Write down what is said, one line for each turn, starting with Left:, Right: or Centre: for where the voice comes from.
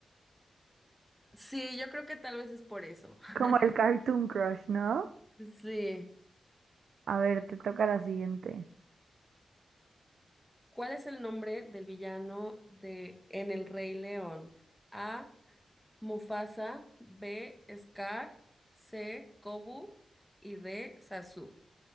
Centre: Sí, yo creo que tal vez es por eso. <laughs>
Right: como el cartoon crush, ¿no?
Centre: Sí.
Right: A ver, te toca la siguiente.
Centre: ¿Cuál es el nombre del villano de En el Rey León? A. Mufasa, B. Scar, C. Kobu y D. Sasu.